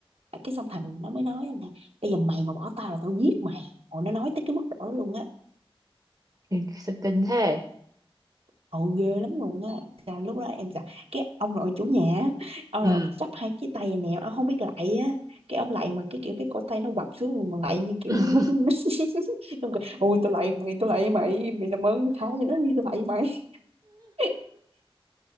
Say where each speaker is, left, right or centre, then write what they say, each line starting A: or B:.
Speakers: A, on the right; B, on the right.
A: cái xong thằng nó mới nói là bây giờ mày mà bỏ tao là tao giết mày Ồ, nó nói tới cái mức độ đó luôn á
B: kinh thế
A: ồ ghê lắm luôn á là lúc đó em sợ cái ông nội chủ nhà á, ông
B: ừ
A: nội chắp hai cái tay này nè ông không biết lạy á cái ông lạy mà cái kiểu cái cổ tay nó quặp xuống mà lạy như kiểu
B: <laughs>
A: mấy đứa nít <laughs> ông kêu ôi tôi lạy mày tôi lạy mày mày làm ơn mày tha cho nó đi tôi lạy mày <laughs>